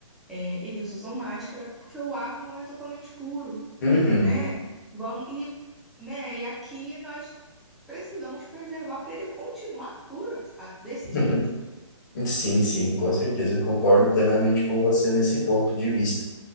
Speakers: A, in the centre; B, on the left.
A: É, eles usam máscara porque o ar não é totalmente puro,
B: Uhum.
A: né? Igual- e, né? E aqui nós precisamos preservar para ele continuar puro a- desse
B: <laughs>
A: jeito.
B: Sim, sim, com certeza, concordo plenamente com você nesse ponto de vista.